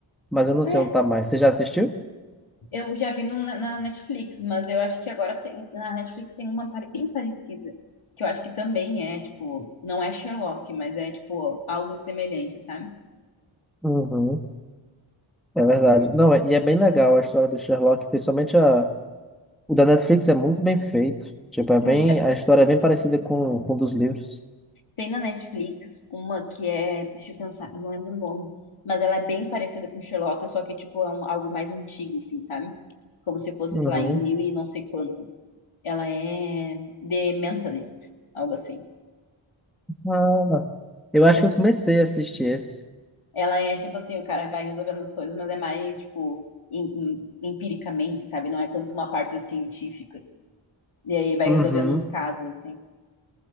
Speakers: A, in the centre; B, on the left (about 80°).
A: mas eu não
B: É,
A: sei onde tá mais. Você já assistiu?
B: eu já vi no- na, na Netflix, mas eu acho que agora tem, na Netflix tem uma pare- bem parecida, que eu acho que também é, tipo, não é Sherlock, mas é, tipo, algo semelhante, sabe?
A: Uhum, é verdade. Não, é- e é bem legal a história do Sherlock, principalmente a. O da Netflix é muito bem feito. Tipo, é
B: Eu
A: bem,
B: já,
A: a história é bem parecida com, com dos livros.
B: Tem na Netflix uma que é, deixa eu pensar, eu não lembro o nome, mas ela é bem parecida com Sherlock, só que tipo é um- algo mais antigo, assim, sabe? Como se fosse,
A: Uhum.
B: sei lá, em mil e não sei quanto. Ela é The Mentalist, algo assim.
A: Ah, eu
B: Não
A: acho
B: sei
A: que
B: se-
A: eu comecei a assistir esse.
B: Ela é tipo assim, o cara vai resolvendo as coisas, mas é mais tipo em- em- empiricamente, sabe? Não é tanto uma parte assim, científica. E aí ele vai
A: Uhum.
B: resolvendo uns casos assim.